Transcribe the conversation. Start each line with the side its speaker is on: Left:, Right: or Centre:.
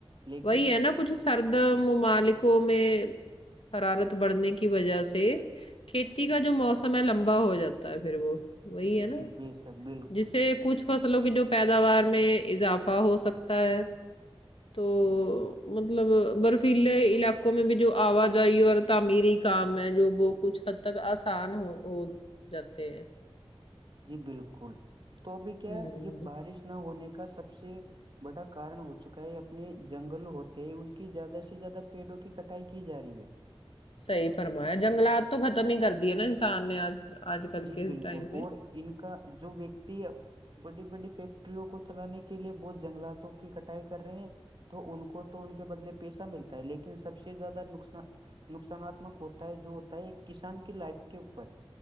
Right: لیکن
Left: وہی ہے نا کچھ سرد ممالکوں میں حرارت بڑھنے کی وجہ سے کھیتی کا جو موسم ہے لمبا ہو جاتا ہے پھر وہ وہی ہے
Right: جی
Left: نا
Right: بے شک بالکل
Left: جس سے کچھ فصلوں کی جو پیداوار میں اضافہ ہو سکتا پر تو مطلب برفیلے علاقوں میں بھی جو آوجائی اور تعمیری کام ہے جو وہ کچھ حد تک آسان ہو ہو جاتے ہیں
Right: جی بالکل تو ابھی کیا
Left: ہوں
Right: یہ بارش نہ ہونے کا سب سے بڑا کارن ہو چکا ہے اپنے جنگل ہوتے ہیں ان کی زیادہ سے زیادہ پیڑوں کی کٹائی کی جا رہی ہے
Left: سحی فرمایا جنگلات تو ختم ہی کر دی ہے نا انسان نے آج آج کل
Right: جی
Left: کے
Right: بالکل
Left: ائم میں
Right: اور ان کا جو ویکتی بڑی بڑی فیکٹریوں کو چلانے کے لیے بہت جنگلاتوں کی کٹائی کر رہے ہیں تو ان کو تو ان کے بدلے پیسہ ملتا ہے لیکن سب سے زیادہ نقصان نقصاناتمک ہوتا ہے جو ہوتا ہے ایک کسان کی لائف کے اوپر